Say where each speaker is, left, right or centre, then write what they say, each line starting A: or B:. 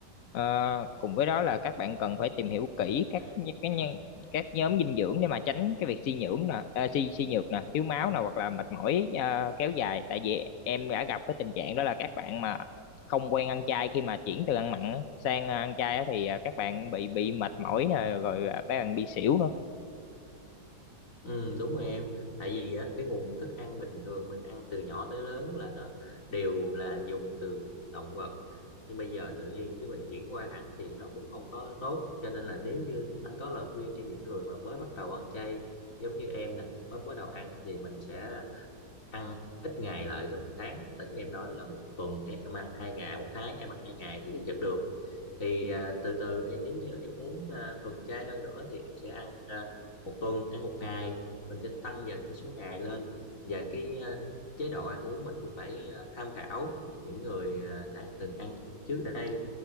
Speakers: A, on the left; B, on the left.
A: Ờ, cùng với đó là các bạn cần phải tìm hiểu kỹ các nh- cái nhân các nhóm dinh dưỡng để mà tránh cái việc suy nhưỡng nè à, suy suy nhược nè thiếu máu nè hoặc là mệt mỏi à, kéo dài tại vì em đã gặp cái tình trạng đó là các bạn mà không quen ăn chay khi mà chuyển từ ăn mặn á, sang ăn chay á thì à, các bạn bị bị mệt mỏi nè rồi à, các bạn bị xỉu nữa
B: Ừ, đúng rồi em tại vì á, cái nguồn thức ăn bình thường mình ăn từ nhỏ tới lớn là nó đều là dùng từ động vật nhưng bây giờ tự nhiên cái mình chuyển qua hẳn thì nó cũng không có tốt cho nên là nếu như anh có lời khuyên cho những người mà mới bắt đầu ăn chay giống như em nè mới bắt đầu ăn thì mình sẽ ăn ít ngày lại trong một tháng ở như em nói là một tuần em ăn hai ngày một tháng em ăn hai ngày thì nó vẫn được thì à, từ từ em nếu như em muốn à, thuần chay hơn nữa thì em sẽ ăn à, một tuần ăn một ngày mình sẽ tăng dần cái số ngày lên và cái à, chế độ ăn uống mình cũng phải à, tham khảo những người à, đã từng ăn trước đây